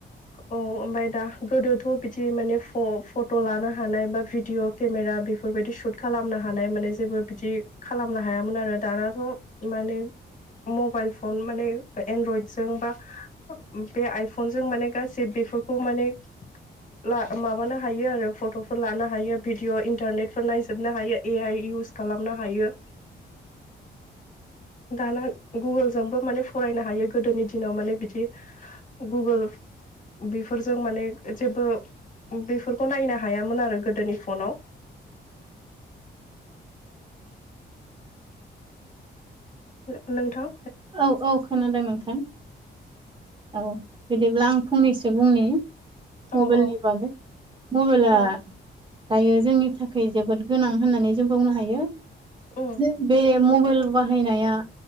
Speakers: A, on the left; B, on the right.
A: औ ओमफाय दा गोदोथ' बिदि माने फ-फट' लानो हानाय बा भिडिअ' केमेरा बेफोरबायदि सुट खालामनो हानाय माने जेबो बिदि खालामनो हायामोन आरो दानाथ' माने मबाइल फन माने एनड्रइडजों बा बे आइफनजों माने गासै <unintelligible> बेफोरखौ माने ला माबानो हायो आरो फट'फोर लानो हायो भिडिअ इन्टारनेटफोर नायजोबनो हायो ए आइ इउस खालामनो हायो। दाना गुगोलजोंबो माने फरायनो हायो गोदोनि दिनाव माने बिदि गुगोल बेफोरजों माने जेबो बेफोरखौ नायनो हायामोन आरो गोदोनि फनाव
B: <inaudible>
A: नो-नोंथां
B: औ औ खोनादों नोंथां औ बिदिब्ला आं फंनैसो बुंनि मबेइलनि
A: औ औ
B: बागै मबेइला
A: औ
B: दायो जोंनि थाखै जोबोद गोनां होननानै जों बुंनो हायो
A: उम
B: जे बे मबेइल बाहायनाया